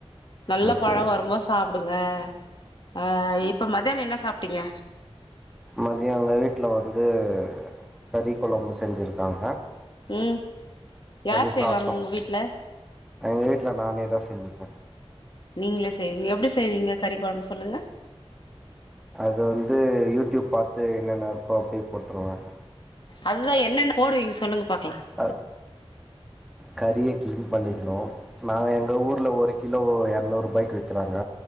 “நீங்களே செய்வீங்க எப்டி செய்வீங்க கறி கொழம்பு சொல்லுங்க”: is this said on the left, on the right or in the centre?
Left